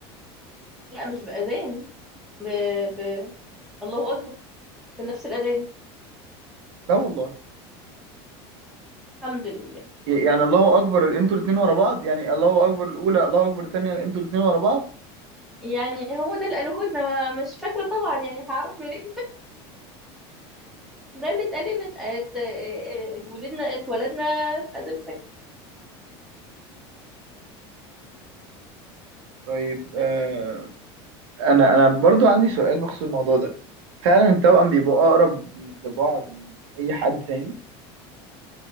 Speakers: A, in the centre; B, on the right.
A: لا مش بأذان ب... ب... الله أكبر في نفس الأذان
B: لا والله
A: الحمد لله
B: ي- يعني الله اكبر انتوا الاتنين ورا بعض يعني الله اكبر الاولى الله اكبر الثانية انتوا الاتنين ورا بعض
A: يعني هو ده اللي قالوه لنا ما- مش فاكرة طبعا يعني هعرف منين <laughs> ده اللي اتقال لنا ات- ات- ولدنا اتولدنا في أذان الفجر
B: طيب
A: بس
B: آه، انا انا برضو عندي سؤال بخصوص الموضوع ده فعلا التوأم بيبقوا اقرب لبعض من اي حد تاني